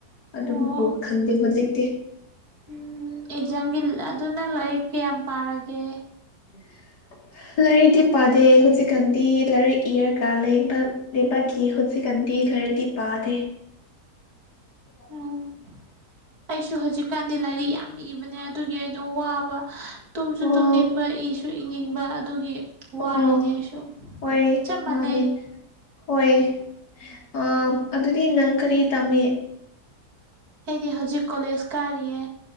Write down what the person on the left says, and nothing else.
ꯑꯗꯨꯕꯨ
ꯈꯪꯗꯦ ꯍꯧꯖꯤꯛꯇꯤ꯫
<unintelligible> <inaudible> ꯂꯥꯏꯔꯤꯗꯤ ꯄꯥꯗꯦ ꯍꯧꯖꯤꯛꯀꯥꯟꯗꯤ ꯂꯔꯤꯛ ꯏꯔꯒꯂꯩꯕꯒꯤ ꯍꯧꯖꯤꯛꯀꯥꯟ ꯗꯤ ꯂꯔꯤꯇꯤ ꯄꯥꯗꯦ꯫ <unintelligible>
<inaudible>
ꯑꯣ
ꯑꯣ
ꯍꯣꯏ
ꯃꯥꯅꯦ ꯍꯣꯏ꯫ ꯑ ꯑꯗꯨꯗꯤ ꯅꯪ ꯀꯔꯤ ꯇꯥꯝꯃꯤ꯫